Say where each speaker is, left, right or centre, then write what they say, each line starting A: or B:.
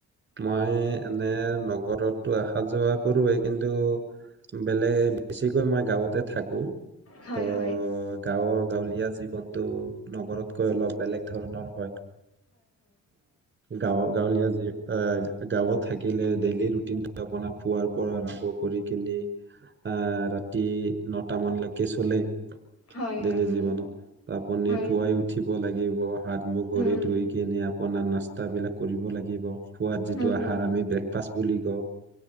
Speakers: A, on the right (about 35°); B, on the left (about 50°).
A: মই এনে নগৰটো অহা যোৱা কৰোৱেই, কিন্তু বেলেগ বেছিকৈ আমাৰ গাঁৱতে থাক। ত'
B: হয় হয়।
A: গাঁৱৰ গাঁৱলীয়া জীৱন। ত' নগৰতকৈ অলপ বেলেগ ধৰণৰ হয়। গাঁৱ গাঁৱলীয়া যি গাঁৱত থাকিলে, ডেইলি ৰুটিনটো আপোনাৰ পুৱাৰ পৰা আৰম্ভ। কৰি কিনি, আ ৰাতি নটা মানলৈকে চলে।
B: হয়
A: ডেইলি
B: হয়
A: জীৱনত,
B: হয়
A: আপুনি
B: হয়
A: পুৱাই উঠিব লাগিব, হাত-মুখ ভৰি
B: উম
A: ধুই। কেনে আপোনাৰ নাস্তাবিলাক কৰিব লাগিব। পোৱাত যিটো
B: উম
A: আহাৰ
B: উম
A: আমি ব্ৰেকফাষ্ট বুলি কওঁ,